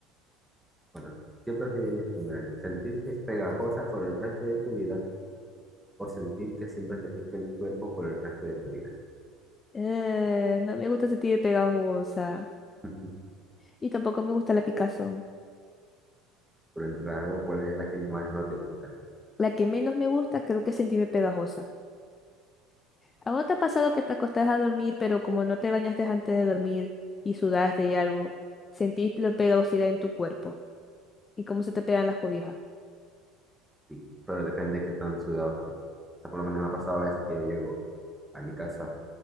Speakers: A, in the centre; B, on the left.
A: Bueno, ¿qué preferirías tú, Melanie? ¿Sentirte pegajosa por el resto de tu vida o sentir que siempre te pique el cuerpo por el resto de tu vida?
B: Eh, no me gusta sentirme pegajosa.
A: <laughs>
B: Y tampoco me gusta la picazón.
A: Pero entre las dos, ¿cuál es la que más no te gusta?
B: La que menos me gusta creo que es sentirme pegajosa. ¿A vos te ha pasado que te acostás a dormir, pero como no te bañaste antes de dormir y sudaste y algo, sentís la pegajosidad en tu cuerpo? ¿Y cómo se te pegan las cobijas?
A: Sí, pero depende de qué tan sudado estés. O sea, por lo menos me ha pasado a veces que yo llego a mi casa,